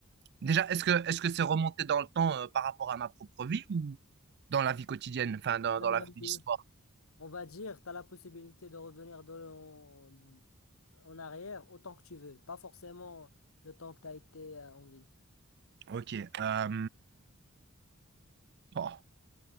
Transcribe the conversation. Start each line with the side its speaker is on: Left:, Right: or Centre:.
Right: Déjà, est-ce que est-ce que c'est remonté dans le temps euh, par rapport à ma propre vie ou dans la vie quotidienne, enfin dans,
Left: Euh,
Right: dans la vie de l'histoire?
Left: On va dire, tu as la possibilité de revenir de- en, en arrière autant que tu veux, pas forcément le temps que tu as été euh, en vie.
Right: Ok. euh, oh,